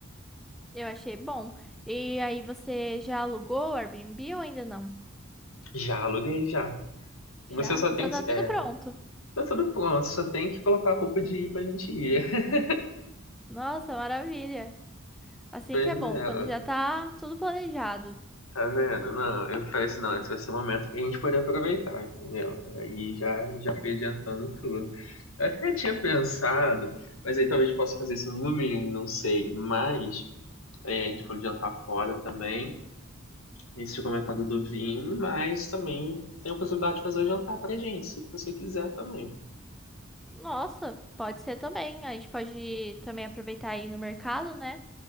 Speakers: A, in the centre; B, on the left.
A: eu achei bom. E aí você já alugou o Airbnb ou ainda não?
B: Já aluguei, já. Você
A: Já?
B: só
A: Então
B: tem que.
A: tá tudo
B: É,
A: pronto.
B: tá tudo pronto, só tem que colocar a roupa de ir pra gente ir. <laughs>
A: Nossa, maravilha. Assim
B: Pois
A: que é bom,
B: é,
A: quando já tá tudo planejado.
B: tá vendo? Não, eu falei assim, não, esse vai ser o momento que a gente poder aproveitar, entendeu? Aí já, já fui adiantando tudo. Eu até tinha pensado, mas aí talvez possa fazer isso no domingo, não sei. Mas. É, a gente foi jantar fora também. Esse tinha comentado do vinho, mas também tem a possibilidade de fazer o jantar pra gente, se você quiser também.
A: Nossa, pode ser também. A gente pode também aproveitar aí no mercado, né?